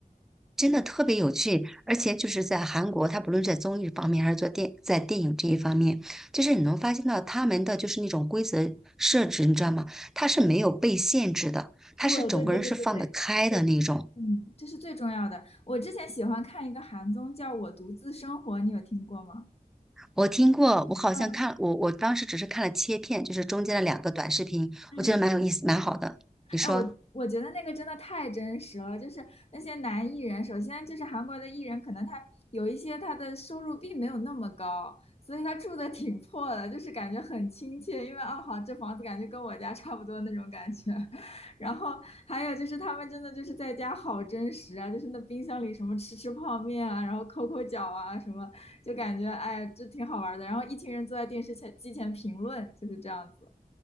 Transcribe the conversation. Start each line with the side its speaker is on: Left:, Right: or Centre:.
Centre: 真的特别有趣，而且就是在韩国，他不论是在综艺方面还是做电在电影这一方面，就是你能发现到他们的就是那种规则设置，你知道吗？他是没有被限制的，他是整个人是放得开的那种。
Left: 对对对对对对对，嗯，这是最重要的。我之前喜欢看一个韩综，叫《我独自生活》，你有听过吗？
Centre: 我听过，我好像看我我当时只是看了切片，
Left: 嗯
Centre: 就是中间的两个短视频，
Left: 嗯，
Centre: 我觉得蛮有意思，蛮好的。你说？
Left: 哎，我我觉得那个真的太真实了，就是那些男艺人，首先就是韩国的艺人，可能他有一些他的收入并没有那么高，所以他住的挺破的，就是感觉很亲切，因为哦好，这房子感觉跟我家差不多那种感觉。<laughs> 然后还有就是他们真的就是在家好真实啊，就是那冰箱里什么吃吃泡面啊，然后抠抠脚啊什么，就感觉哎呀这挺好玩的。然后一群人坐在电视前机前评论，就是这样子。